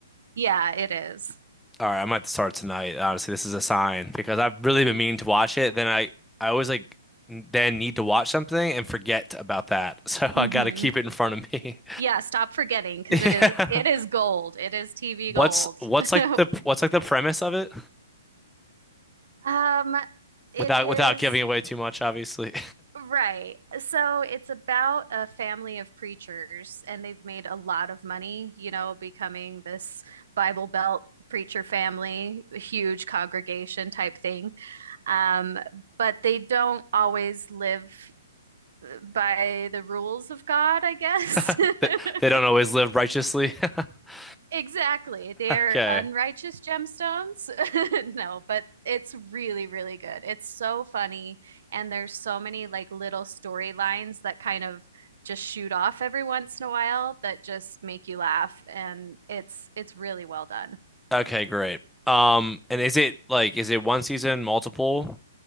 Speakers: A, on the right; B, in the centre.
A: Yeah, it is.
B: All right, I might start tonight. Honestly, this is a sign because I've really been meaning to watch it. Then I I always like n- then need to watch something and forget about that. <laughs> So I
A: Mm-hmm.
B: got to keep it in front of me.
A: Yeah, stop forgetting because
B: <laughs>
A: it
B: Yeah.
A: is it is gold. It is TV
B: What's
A: gold.
B: what's like
A: <laughs>
B: the what's like the premise of it
A: Um, it
B: without
A: is
B: without giving away too much, obviously.
A: Right. So it's about a family of preachers, and they've made a lot of money, you know, becoming this Bible Belt preacher family, huge congregation type thing. Um, but they don't always live uh, by the rules of God, I guess.
B: <laughs> They
A: <laughs>
B: they don't always live righteously. <laughs>
A: Exactly. They're
B: Okay.
A: unrighteous gemstones. <laughs> No, but it's really, really good. It's so funny. And there's so many like little storylines that kind of just shoot off every once in a while that just make you laugh. And it's it's really well done.
B: Okay, great. Um, and is it like is it one season, multiple?